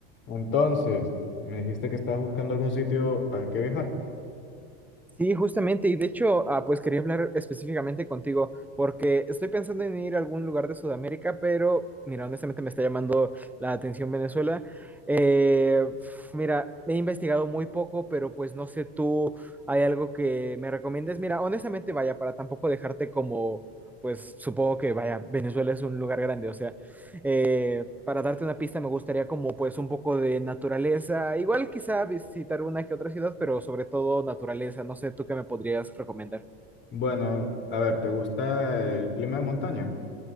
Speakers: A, on the left; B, in the centre.
A: Entonces, me dijiste que estabas buscando algún sitio al que viajar.
B: Sí, justamente, y de hecho, ah, pues quería hablar específicamente contigo, porque estoy pensando en ir a algún lugar de Sudamérica, pero mira, honestamente me está llamando la atención Venezuela. Eh, f- mira, he investigado muy poco, pero pues no sé tú, ¿hay algo que me recomiendes? Mira, honestamente, vaya, para tampoco dejarte como, pues supongo que, vaya, Venezuela es un lugar grande, o sea, eh, para darte una pista, me gustaría como pues un poco de naturaleza, igual quizá visitar una que otra ciudad, pero sobre todo naturaleza, no sé, ¿tú qué me podrías recomendar?
A: Bueno, a ver, ¿te gusta el clima de montaña?